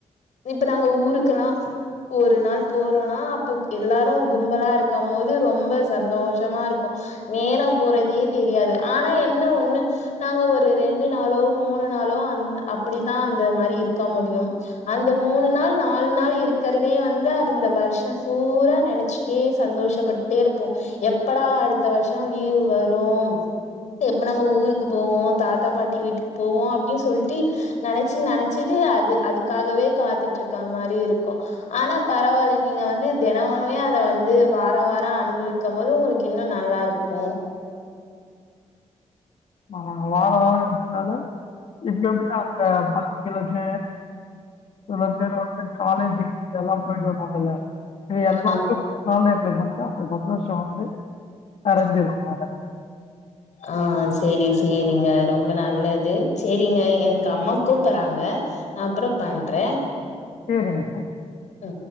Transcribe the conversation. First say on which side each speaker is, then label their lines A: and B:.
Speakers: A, on the left (about 85°); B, on the left (about 60°).
A: இப்ப நாங்க ஊருக்கெல்லா ஒரு நாள் போறோனா அப்போ எல்லாரு கும்பலாருக்கும் போது ரொம்ப சந்தோ ச்சமா இருக்கும் நேரம் போறதே தெரியாது ஆனா என்ன ஒன்னு நாங்க ஒரு ரெண்டு நாளோ மூணு நாளோ அந்த அப்படிதான் அந்த மாரி இருக்க முடியும் அந்த மூணு நாள் நாலு நாள் இருக்கறதே வந்து அந்த வர்ஷோ சூறா நெனைச்சு தே சந்தோஷப்பட்டே இருப்போ எப்படா அடுத்த வர்ஷோ லீவ் வரு எப்ப நம்ம ஊருக்கு போவோ தாத்தா பாட்டி வீட்டுக் போவோ அப்டி சொல்ட்டு நெனைச்சி நெனைச்சிட்டு அது அதுக்காகவே காத்துட்ருக்க மாரி இருக்கு ஆனா பரவால்ல நீங்க வந்து தெனமுமே அத வந்து வாரோ வாரோ அனுபவிக் க்கம்போது உங்குளுக்கு இன்னு நல்லாருக்கு
B: ஆ வார வார இருக்கனால இங்க இப்ப எப்ப அந்த பத்து சில பேர் வந்து காலேஜ்கெல்லா போயிட்டு வாருவாங்கல எல்லாமே
A: ஆ
B: இப்ப காலேஜ்ல கூப்ட்டா அந்த சந்தோஷம் நிறைஞ்சிரும்
A: <unintelligible>
B: நாங்க
A: ஆ சேரி சேரிங்க ரொம்ப நல்லது சேரிங்க எனக்கு அம்மா கூப்பறாங்க அப்பற பண்ற
B: சேரிங்க சார்
A: ம்